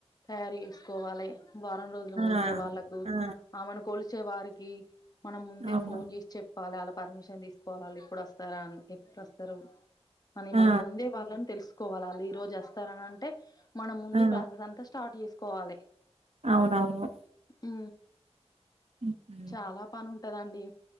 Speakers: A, on the left; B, on the right.
A: తయారు చేసుకోవాలి వారం రోజులు
B: ఆ
A: ముందే వాళ్ళలకు
B: ఆ
A: ఆమెను కొలిచే వారికి మనం ముందే
B: అవునా
A: ఫోన్ చేసి చెప్ప కోవాలి అలా పర్మిషన్ తీసుకోవాల ఎప్పుడు వస్తరా అని ఎప్పుడోస్తారు అని మనం
B: ఆ
A: ముందే వాళ్ళని తెలుసుకోవాలి వాళ్ళు ఈ రోజు వస్తారంటే మనం ముందు
B: ఆ
A: ప్రాసెస్ అంతా స్టార్ట్ చేసుకోవాలి
B: అవునవును
A: ఉ
B: ఉహు.
A: చాలా పని ఉంటదండి